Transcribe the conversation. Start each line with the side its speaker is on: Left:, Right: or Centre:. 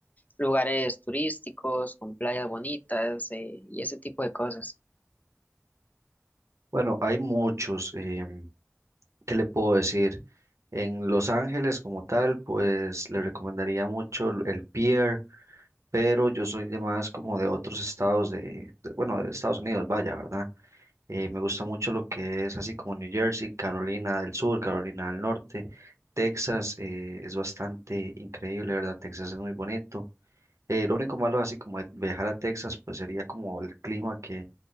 Left: lugares turísticos, con playas bonitas, eh, y ese tipo de cosas.
Right: Bueno, hay muchos. em, ¿qué le puedo decir? En Los Ángeles como tal, pues le recomendaría mucho el el Pier, pero yo soy de más como de otros estados de, de- bueno, de Estados Unidos, vaya, ¿verdad? Eh, me gusta mucho lo que es así como New Jersey, Carolina del Sur, Carolina del Norte, Texas, eh, es bastante increíble, ¿verdad? Texas es muy bonito. Eh, lo único malo así como de viajar a Texas, pues sería como el clima que